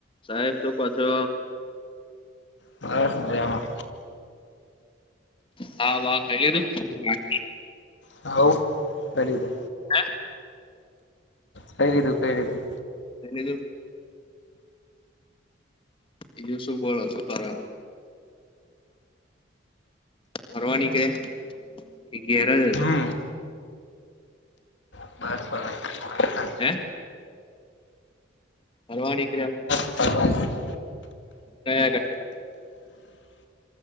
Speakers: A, on the left; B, on the left.
A: સાહેબ તુ પાછો.
B: બસ મજામાં.
A: હા વા ખાય લીધું? બાકી.
B: તા ઓ કરી દે.
A: હે.
B: ખાય લીધું ખાય લીઘું.
A: <unintelligible> બીજુ શું બોલો શું કરા. ફરવા નીકળ્યા એ ઘેર જ હજુતો.
B: હમ <unintelligible>
A: હે. ફરવા નીકળ્યા.
B: <unintelligible>
A: <unintelligible>